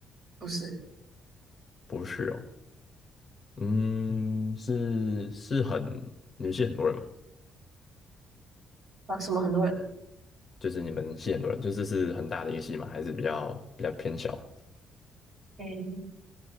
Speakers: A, on the right; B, on the left.
A: 不是
B: 不是哦，嗯，是是很你们系很多人吗？
A: 啊？什么很多人，
B: 就是你们系很多人，就是是很大的一个系嘛，还是比较比较偏小的
A: 诶，